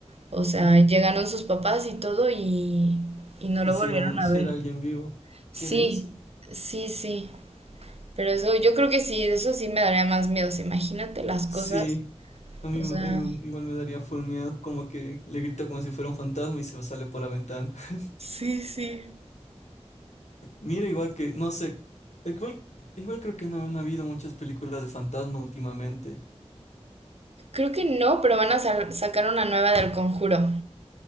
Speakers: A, on the right; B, on the left.
A: O sea,
B: Uy,
A: llegaron sus papás y todo y, y no
B: hiciera,
A: lo volvieron
B: si era
A: a
B: si
A: ver.
B: era alguien vivo,
A: Sí,
B: qué denso.
A: sí, sí. Pero eso, yo creo que sí, eso sí me daría más miedo. O sea, Imagínate las cosas.
B: Sí, A mí
A: O
B: me-
A: sea,
B: igu- igual me daría full miedo, como que le grito como si fuera un fantasma y se sale por la ventana. <laughs>
A: sí, sí.
B: Mira, igual que, no sé, igual, igual creo que no han habido muchas películas de fantasma últimamente.
A: Creo que no, pero van a sa- sacar una nueva del Conjuro,